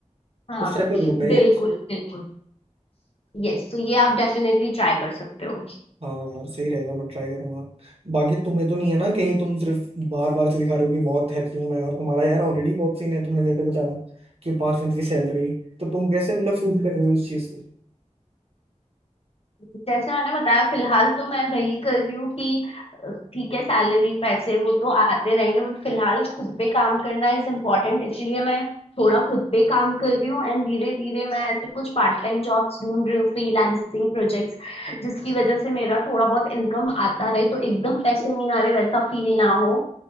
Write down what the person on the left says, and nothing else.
हाँ
बिल्कुल
बिल्कुल यस तो ये आप डेफिनेटली ट्राई कर सकते हो
जैसे मैंने बताया फिलहाल तो मैं वही कर रही हूँ कि अ, ठीक है सैलरी पैसे वो तो आते रहेंगे बट फिलहाल खुद पे काम करना इज इम्पोर्टेंट इसीलिए मैं थोड़ा खुद पे काम कर रही हूँ एंड धीरे धीरे मैं ऐसे कुछ पार्ट टाइम जॉब्स ढूंढ रही हूँ फ्रीलांसिंग प्रोजेक्ट्स जिसकी वजह से मेरा थोड़ा बहुत इनकम आता रहे तो एकदम पैसे नहीं आ रहे वैसा फील ना हो